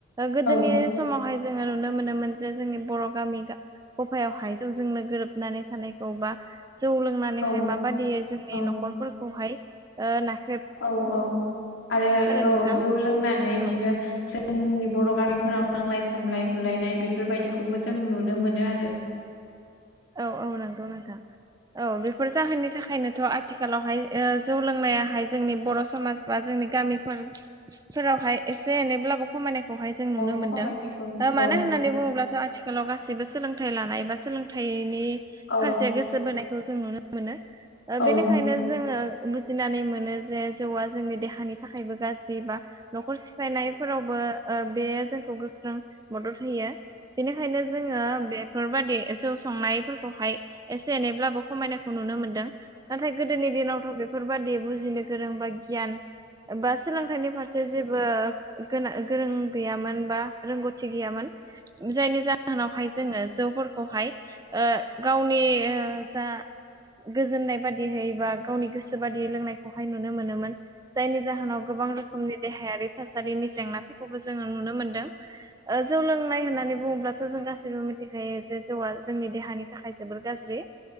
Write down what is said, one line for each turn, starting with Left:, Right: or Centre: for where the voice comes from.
Right: गोदोनि
Left: औ
Right: समावहाय जोङो नुनो मोनोमोन जे जोंनि बर' गामि गफायाव हायजौजोंनो गोरोबनानै थानायखौ बा जौ लोंनानैहाय
Left: औ
Right: माबादि जोंनि
Left: औ
Right: नखफोरखौहाय ओ ना
Left: औ औ आरो औ
Right: नोंथां
Left: जौ लोंनानै
Right: औ
Left: बिदिनो ज जोंनि बर' गामिफोराव नांलाय खमलाय बुलायनाय बेफोरबायदिखौबो जों नुनो मोनो आरो। <inaudible>
Right: औ औ नंगौ नोंथां। औ बेफोर जाहोननि थाखायनोथ' आथिखालावहाय जौ लोंनायाहाय जोंनि बर' समाज बा जोंनि गामिफोरफोरावहाय एसे एनैब्लाबो खमायनायखौहाय जों नुनो
Left: औ
Right: मोनदों
Left: खमायनायखौ
Right: मानो।
Left: औ
Right: होननानै
Left: औ
Right: बुङोब्लाथ' आथि खालाव गासैबो सोलोंथाइ लानाय एबा सोलोंथाइनि
Left: औ
Right: फारसे गोसो बोनायखौ जों नुनो मोनो। बेनिखायनो
Left: औ
Right: जोङो बुजिनानै मोनो जे जौआ जोंनि देहानि थाखायबो गाज्रि बा न'खर सिफायनाय फोरावबो बे जोंखौ गोख्रों मदद होयो। बेनिखायनो जोङो बे बेफोरबायदि जौ संनायफोरखौहाय एसे एनैब्लाबो खमायनायखौ नुनो मोनदों। नाथाय गोदोनि दिनावथ' बेफोरबादि बुजिनो गोरोंबा गियान बा सोलोंथाइनि फारसे जे जेबो गोना गोरों गैयामोन बा रोंगौ थि गैयामोन। जायनि जाहोनावहाय जोङो जौफोरखौहाय गावनि जा गोजोननाय बादियै बा गावनि गोसो बादियै लोंनायखौहाय नुनो मोनोमोन। जायनि जाहोनाव गोबां रोखोमनि देहायारि थासारिनि जेंनाफोरखौबो जोङो नुनो मोनदों। जौ लोंनाय होननानै बुङोब्लाथ' जों गासैबो मिथिखायो जे जौआ जोंनि देहानि थाखाय जोबोर गाज्रि